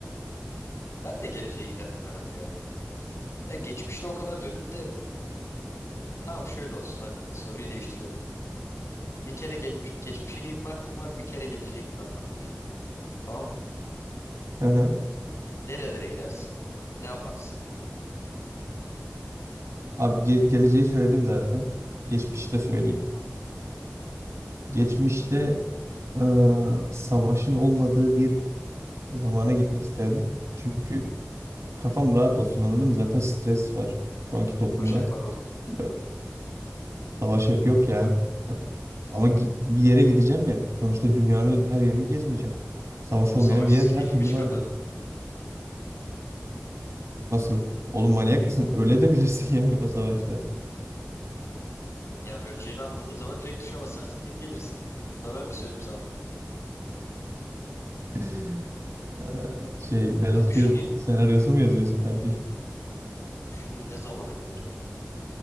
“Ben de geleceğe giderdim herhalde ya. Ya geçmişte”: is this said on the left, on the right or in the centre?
Left